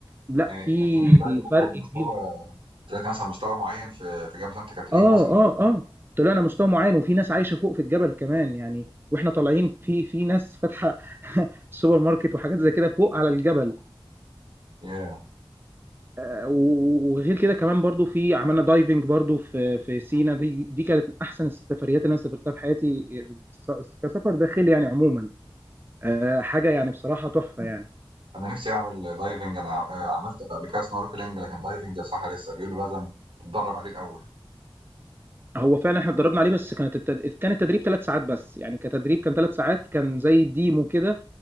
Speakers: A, on the right; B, on the right.
A: لأ
B: يعني
A: في
B: يعني
A: إمم.
B: طلعتِ مثلًا
A: فرق
B: مستوى
A: كبير
B: طلعتِ مثلًا مستوى معين في في جبل سانت كاترين
A: آه،
B: مثلًا؟
A: آه، آه، طلعنا مستوى معيّن وفي ناس عايشة فوق في الجبل كمان يعني، وإحنا طالعين في في ناس فاتحة سوبر ماركت وحاجات زي كده فوق على الجبل
B: ياه!
A: آه، و- وغير كده كمان برضو في عملنا دايفنج برضو في في سينا دي دي كانت من احسن السفريات اللي انا سافرتها في حياتي آه، كسفر داخلي يعني عموما آه، حاجه يعني بصراحه تحفه يعني
B: انا نفسي اعمل دايفنج انا آه، عملت قبل كده سنوركلينج لكن دايفنج يا صح لسه بيقولوا لازم تتدرب عليه الاول
A: هو فعلًا إحنا اتدرّبنا عليه بس كانت التد كان التدريب 3 ساعات بس، يعني كتدريب كان 3 ساعات، كان زي demo كده